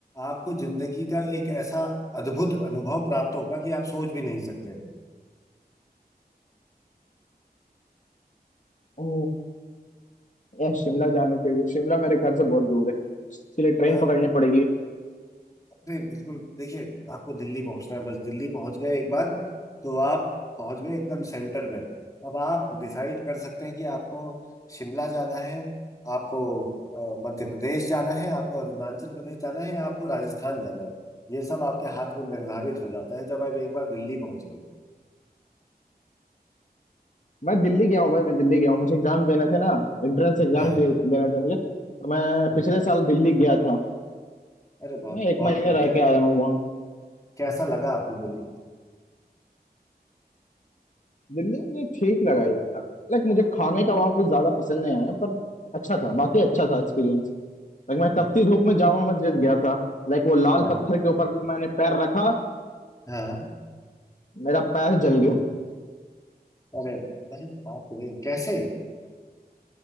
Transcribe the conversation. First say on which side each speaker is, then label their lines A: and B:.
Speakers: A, on the left (about 20°); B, on the left (about 50°).
A: आपको जिंदगी का एक ऐसा अद्भुत अनुभव प्राप्त होगा कि आप सोच भी नहीं सकते
B: ओ यार शिमला जाने के लिए शिमला मेरे घर से बहुत दूर है उसके लिए ट्रेन
A: अ,
B: पकड़नी पड़ेगी
A: अरे बिल्कुल देखिए आपको दिल्ली पहुंचना है बस दिल्ली पहुंच गए एक बार तो आप पहुंच गए एकदम सेंटर में अब आप डिसाइड कर सकते हैं कि आपको शिमला जाना है आपको अ, मध्य प्रदेश जाना है आपको अरुणाचल प्रदेश जाना है या आपको राजस्थान जाना है ये सब आपके हाथ में निर्धारित हो जाता है जब आप एक बार दिल्ली पहुंच गए
B: मैं दिल्ली गया हूँ भाई मैं दिल्ली गया हूँ मुझे एग्जाम देने थे ना एंट्रेंस एग्जाम
A: हाँ
B: दे, देने थे मुझे तो मैं
A: हम्म,
B: पिछले साल दिल्ली गया था
A: अरे बहुत
B: मैं एक
A: बहुत
B: महीने
A: खूब
B: रह
A: कै,
B: के आया हूँ वहाँ
A: कैसा लगा आपको दिल्ली
B: दिल्ली मुझे ठीक लगा यार लाइक मुझे खाने का वहाँ कुछ ज्यादा पसंद नहीं आया पर अच्छा था बाकी अच्छा था एक्सपीरियंस लाइक मैं
A: हम्म,
B: तपती
A: हम्म,
B: धूप
A: हम्म।
B: में जामा मस्जिद गया था लाइक वो लाल
A: हाँ
B: पत्थर
A: हाँ
B: के ऊपर मैंने पैर रखा
A: हाँ हाँ।
B: मेरा पैर जल गया
A: अरे अरे बाप रे कैसे